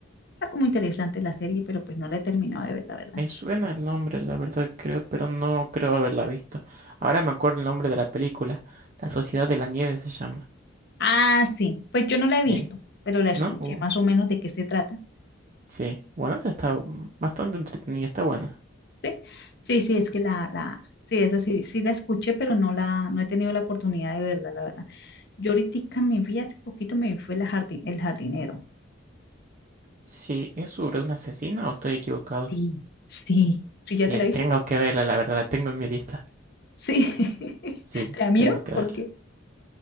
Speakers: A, on the left; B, on the right.
A: Está como interesante la serie, pero pues no la he terminado de ver, la verdad.
B: Me suena el nombre, la verdad creo, pero no creo haberla visto. Ahora me acuerdo el nombre de la película. La Sociedad de la Nieve se llama.
A: Ah, sí, pues yo no la he visto,
B: Eh,
A: pero la escuché
B: ¿no? Uh,
A: más o menos de qué se trata.
B: sí. Bueno, esa está mm, bastante entretenida, está buena.
A: Sí, sí, sí, es que la, la, sí, esa sí, sí la escuché, pero no la, no he tenido la oportunidad de verla, la verdad. Yo ahorita me vi, hace poquito me vi, fue la jardin, El Jardinero.
B: Sí, ¿es sobre un asesino o estoy equivocado?
A: Sí, sí. ¿Tú ya
B: Bien,
A: te la viste?
B: tengo que verla, la verdad, la tengo en mi lista.
A: Sí. <laughs>
B: Sí,
A: ¿Te da miedo?
B: tengo que
A: ¿Por
B: verla.
A: qué?